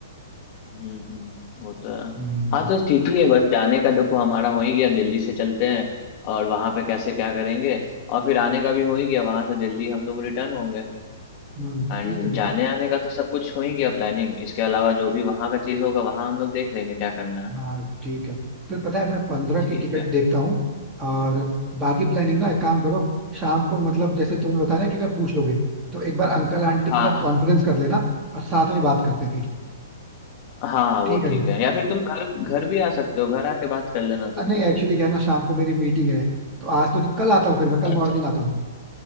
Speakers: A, on the left; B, on the right.
A: हम्म हम्म, वो तो है।
B: हम्म।
A: हाँ तो ठीक ही है बस जाने का देखो हमारा हो ही गया दिल्ली से चलते हैं और वहां पे कैसे क्या करेंगे और फिर आने का भी हो ही गया वहां से दिल्ली हम लोग रिटर्न होंगे
B: हम्म,
A: एंड
B: ठीक है फिर
A: जाने आने का तो सब कुछ हो ही गया प्लानिंग इसके अलावा जो भी वहां का चीज होगा वहां हम लोग देख लेंगे क्या करना है
B: हाँ ठीक है फिर पता है मैं पंद्रह
A: ठीक
B: की टिकट
A: है
B: देखता हूँ और बाकी प्लानिंग ना एक काम करो शाम को मतलब जैसे तुमने बताया ना कि अगर पूछ लोगे तो एक बार अंकल आंटी
A: हाँ
B: के साथ
A: हाँ
B: कॉन्फ्रेंस कर लेना और साथ में बात करते हैं फिर
A: हाँ
B: ठीक
A: वो
B: है
A: ठीक
B: ना
A: है या फिर तुम घर घर भी आ सकते हो घर आके बात कर लेना तुम
B: अ, नहीं एक्चुअली क्या है ना शाम को मेरी मीटिंग है तो आज तो नहीं कल आता हूँ फिर मैं कल
A: अच्छा
B: मॉर्निंग
A: अच्छा
B: आता हूँ